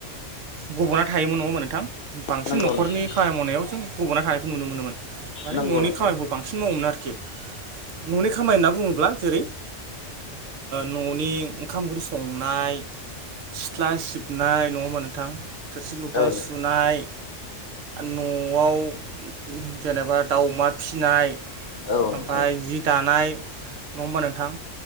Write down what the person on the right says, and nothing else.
गब'ना थायोमोन नङ नोंथां बांसिन
न'खरनि
खामानि मावनायाव जों गब'ना थानायखौ नुनो मोनोमोन माने
न'नि
खामानिखौ बांसिन मावोमोन आरोखि। न'नि खामानि होनना बुङोब्ला जेरै न'नि ओंखाम ओंख्रि संनाय सिथला सिबनाय नङा होमबा नोंथां थोरसि लथा
सुनाय
न'आव जेनेबा दाउ अमा फिनाय
ओमफ्राय
जि दानाय नङा होमबा नोंथां?